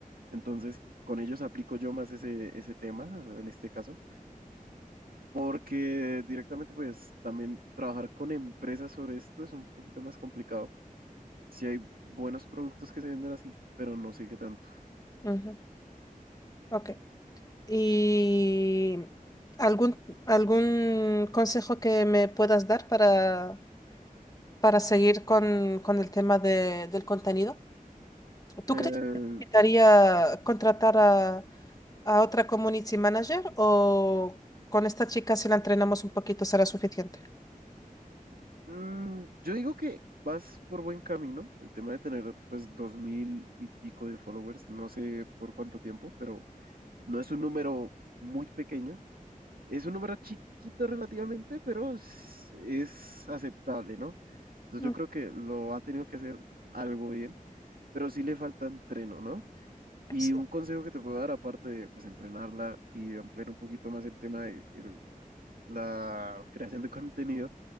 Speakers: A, on the right; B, on the left.
A: entonces con ellos aplico yo más ese, ese tema, en este caso, porque directamente, pues también trabajar con empresas sobre esto es un poquito más complicado. sí hay buenos productos que se venden así, pero no sé qué tanto.
B: Ujú, Ok. ¿Y algún, algún consejo que me puedas dar para, para seguir con, con el tema de- del contenido? ¿Tú
A: Eh,
B: crees que necesitaría contratar a, a otra community manager o con esta chica si la entrenamos un poquito será suficiente?
A: mm, yo digo que vas por buen camino. El tema de tener pues dos mil y pico de followers, no sé por cuánto tiempo, pero no es un número muy pequeño. Es un número chiquito relativamente, pero es, es aceptable, ¿no? Entonces
B: Ujú.
A: yo creo que lo ha tenido que hacer algo bien, pero sí le falta entreno, ¿no? Y
B: Sí.
A: un consejo que te puedo dar, aparte de pues, entrenarla y ampliar un poquito más el tema del la creación de contenido,